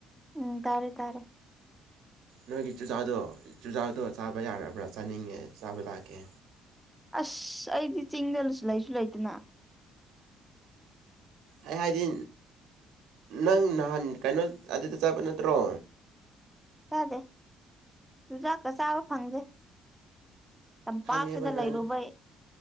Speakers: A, in the centre; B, on the right (about 80°).
A: ꯎꯝ ꯇꯥꯔꯦ ꯇꯥꯔꯦ
B: ꯅꯣꯏꯒꯤ ꯆꯨꯖꯥꯛꯗꯣ ꯆꯨꯖꯥꯛꯗꯣ ꯆꯥꯕ ꯌꯥꯔꯕ꯭ꯔꯥ ꯆꯥꯅꯤꯡꯉꯦ ꯆꯥꯕ ꯂꯥꯛꯀꯦ
A: ꯑꯁ ꯑꯩꯗꯤ ꯆꯤꯡꯗ ꯂꯨꯁꯨ ꯂꯩꯁꯨ ꯂꯩꯇꯅ
B: ꯑꯩ ꯍꯥꯏꯗꯤ ꯅꯪ ꯅꯍꯥꯟ ꯀꯩꯅꯣ ꯑꯗꯨꯗ ꯆꯠꯄ ꯅꯠꯇ꯭ꯔꯣ
A: ꯆꯥꯗꯦ ꯆꯨꯖꯥꯛꯀ ꯆꯥꯕ ꯐꯪꯗꯦ ꯇꯝꯄꯥꯛꯁꯤꯗ
B: ꯈꯪꯉꯦꯕ ꯅꯪ
A: ꯂꯩꯔꯨꯕꯩ